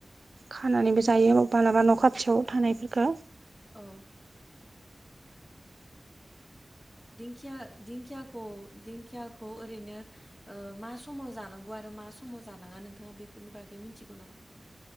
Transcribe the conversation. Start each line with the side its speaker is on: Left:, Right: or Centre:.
Right: खानानैबो जायो मालाबा न' खाथिआव थानायफोरखौ
Left: औ दिंखिआ दिंखिआखौ दिंखिआखौ ओरैनो ओ मा समाव जानांगौ आरो मा समाव जानाङा नोंथाङा बेफोरनि बागै मिथिगौ नामा